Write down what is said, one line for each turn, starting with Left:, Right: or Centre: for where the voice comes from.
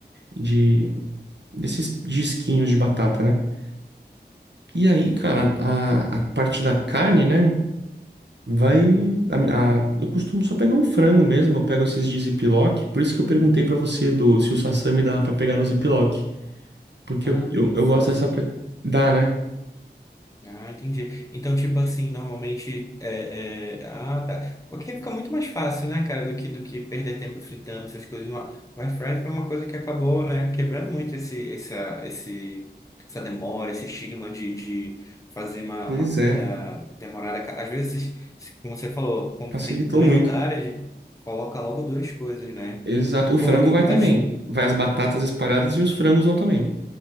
Right: de desses disquinhos de batata, né? E aí, cara, a, a parte da carne, né? Vai. A, a- eu costumo só pegar um frango mesmo, eu pego esses de ziplock. Por isso que eu perguntei pra você do se o sashimi dava pra pegar no ziplock. Porque
Left: Ah,
Right: eu, eu, eu
Left: sim,
Right: gosto dessa.
Left: sim,
Right: pre-
Left: sim.
Right: Dá, né?
Left: Ah, entendi. Então, tipo assim, normalmente é, é- Ah, tá. Porque fica muito mais fácil, né, cara, do que, do que perder tempo fritando essas coisas. No ar. O air fry foi uma coisa que acabou, né, quebrando muito esse, essa, esse, essa demora, esse estigma de, de fazer uma,
Right: Pois
Left: uma comida
Right: é,
Left: demorada. Ca- Às vezes, se- como você falou, quando
Right: facilitou
Left: tem dois
Right: muito.
Left: andares, coloca logo duas coisas, né?
Right: Exato. O
Left: Pô,
Right: frango vai
Left: mas
Right: também. Vai as batatas espalhadas e os frangos vão também.